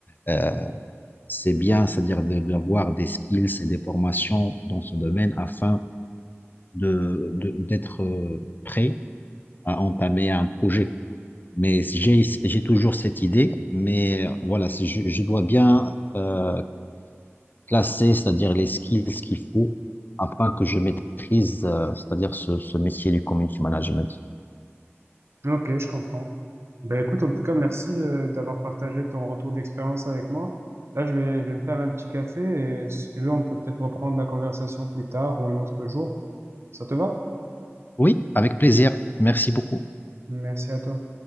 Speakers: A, on the left (about 40°); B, on the right (about 65°).
A: Euh, c'est bien, c'est-à-dire de- d'avoir des skills et des formations dans ce domaine afin de de- d'être euh, prêt à entamer un projet. Mais j'ai j'ai toujours cette idée, mais voilà, c'est- je, je dois bien euh, classer, c'est-à-dire les skills qu'il faut afin que je maîtrise, euh, c'est-à-dire ce, ce métier du community management.
B: Ok, je comprends. Ben écoute, en tout cas, merci euh, d'avoir partagé ton retour d'expérience avec moi. Là, je vais, je vais me faire un petit café et si tu veux, on peut peut-être reprendre la conversation plus tard ou un autre jour. Ça te va?
A: Oui, avec plaisir. Merci beaucoup.
B: Merci à toi.